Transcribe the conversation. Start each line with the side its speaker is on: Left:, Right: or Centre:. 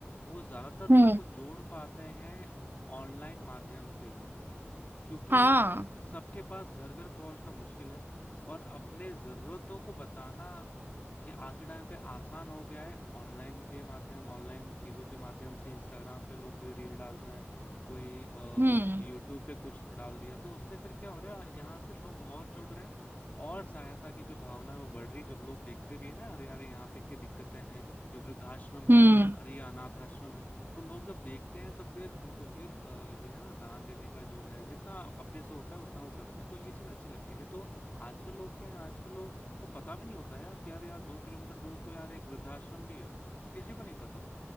Left: वो ज्यादातर लोगों
Right: हम्म,
Left: को जोड़ पाते हैं ऑनलाइन माध्यम से ही क्योंकि
Right: हाँ
Left: सबके पास घर घर पहुंचना मुश्किल है और अपने जरूरतों को बताना ये आज के टाइम पे आसान हो गया है ऑनलाइन के माध्यम ऑनलाइन चीजों के माध्यम से इंस्टाग्राम पे लोग कोई रील डाल रहा है कोई
Right: हम्म
Left: यूट्यूब पे कुछ डाल दिया तो उससे फिर क्या हो रहा है यहाँ से लोग और जुड़ रहे हैं और सहायता की जो भावना है वो बढ़ रही है। जब लोग देखते भी है ना अरे यार यहाँ पे इतनी दिक्कतें हैं ये वृद्धाश्रम है
Right: हम्म
Left: अरे ये अनाथ आश्रम है तो लोग जब देखते हैं तो फिर उनको फिर अ, जो है ना दान देने का जो है जितना अप- अपने से होता है उतना वो करते हैं तो ये चीज अच्छी लगती है नहीं तो आजकल लोग क्या है आजकल लोग को पता भी नहीं होता यार कि यार यार दो किलोमीटर दूर तो यार एक वृद्धाश्रम भी है किसी को नहीं पता